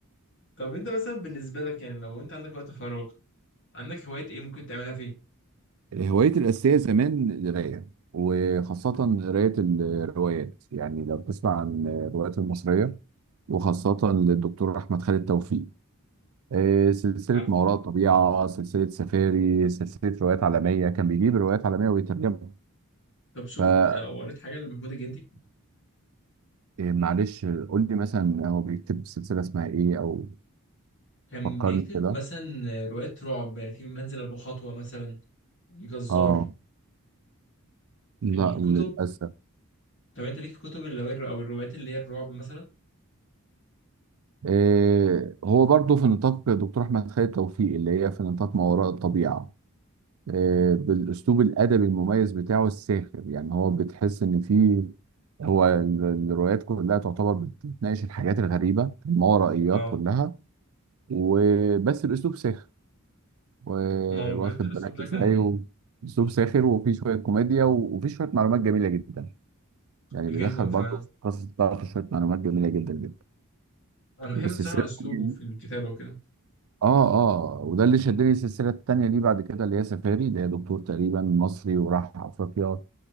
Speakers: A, on the left; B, on the right.
A: طب انت مثلا بالنسبة لك يعني لو انت عندك وقت فراغ عندك هوايات ايه ممكن تعملها فيه؟
B: هوايتي الأساسية زمان القراية وخاصة قراية الروايات يعني لو تسمع عن الروايات المصرية وخاصة للدكتور أحمد خالد توفيق آه، سلسلة
A: عارفه
B: ما وراء الطبيعة سلسلة سفاري سلسلة روايات عالمية كان بيجيب روايات عالمية ويترجمها
A: طب شفت
B: ف آه،
A: او قريت حاجه لمحمود الجندي
B: يعني معلش قول لي مثلا هو بيكتب سلسلة اسمها إيه أو
A: كان
B: فكرني
A: بيكتب
B: كده
A: مثلا روايات رعب يعني في منزل ابو خطوه مثلا الجزار
B: آه لا
A: الكتب
B: للأسف
A: طب انت ليك في كتب اللي هو الر- او الروايات اللي هي الرعب مثلا
B: آه، هو برضه في نطاق دكتور أحمد خالد توفيق اللي هي في نطاق ما وراء الطبيعة آه، بالاسلوب الادبي المميز بتاعه الساخر يعني هو بتحس ان في هو ال- الروايات كلها تعتبر بتناقش الحاجات الغريبه الماورائيات
A: اه
B: كلها وبس الاسلوب ساخر و-
A: ما هو بجد
B: واخد
A: الاسلوب
B: بالك
A: ده
B: ازاي
A: كان
B: و- اسلوب ساخر وفيه شويه كوميديا و- وفيه شويه معلومات جميله جدا يعني
A: جدا
B: بيدخل برضه
A: فعلا
B: في قصص بتاعته شويه معلومات جميله جدا جدا
A: انا بحب
B: والسلسله
A: بصراحه
B: التانية
A: اسلوبه
B: دي-
A: في الكتابه وكده
B: اه اه وده اللي شدني السلسله التانيه دي بعد كده اللي هي سفاري اللي هي دكتور تقريبا مصري وراح افريقيا